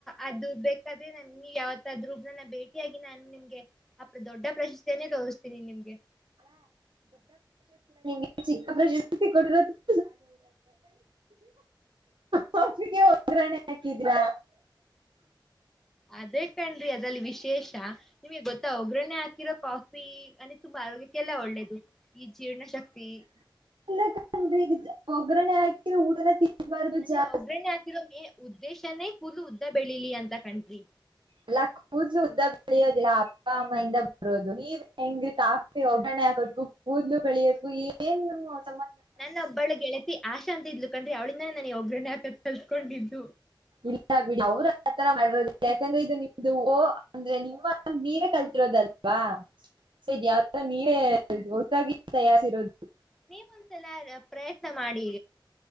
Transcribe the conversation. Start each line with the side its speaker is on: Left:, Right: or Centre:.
Centre: ಅದು ಬೇಕಾದ್ರೆ ನಾನು ಇನ್ನು ಯಾವತ್ತಾದ್ರೂ ಇನ್ನು ಬೇಕೇ ಆಗಿದ್ರು ನೂ ನಿಮ್ಗೆ ಅಕಾ ದೊಡ್ಡ ಪ್ರಶಸ್ತಿಯನ್ನೇ ಕಳಿಸ್ತೀನಿ ನಿಮಗೆ
Right: <unintelligible> ಸಾಸಿಗೆ ಒಗ್ಗರಣೆ ಹ್ಹಾಕಿದ್ರೆ
Centre: ಅದೇ ಕಣ್ರಿ ಆದರಲ್ಲಿ ವಿಶೇಷ ನಿಮಗ್ ಗೊತ್ತ ಒಗ್ಗರಣೆ ಹಾಕಿದ ಕಾಫಿ ನನಗ್ ಆರೋಗ್ಯಕ್ ತುಂಬಾ ಒಳ್ಳೇದ್ ಈ ಜೇನ ಶಕ್ತಿ
Right: <unintelligible> <unintelligible>
Centre: ಅಂದ್ರೆ
Right: ಜಾ
Centre: ಒಗ್ಗರಣೆ ಹಾಕಿರದೆ ಉದ್ದೇಶಾನೇ ಕೂದಲು ಉದ್ದ ಬೆಳಿಲಿ ಅಂತ ಕಂಡ್ರಿ
Right: ಅಲ್ಲ ಕೂದಲು ಉದ್ದ ಬೆಳಿಲಿ ನೀವು ಒಗ್ಗರಣೆ ಹಾಕದಕ್ಕು ಕೂದಲು ಬೆಳೆಯಕ್ಕೂ ಏನು
Centre: ನೆನ್ನೆ ಬೆಳಿಗ್ಗೆ ಲೆತ್ತಿಜ್ಜಾತ ಅಶ್ <inaudible> ಹೇ ಅವಳಿಂದನೆ ನಾನು ಒಗ್ಗರಣೆ ಹಾಕದ್ ಕಲ್ತಿದ್ದು
Right: ಇಲ್ಲ ಬಿಡಿ ಅವ್ರ ಆತರ <unintelligible>
Centre: ನೀವು ಒಂದು ಸಲ ಪ್ರಯತ್ನ ಮಾಡಿ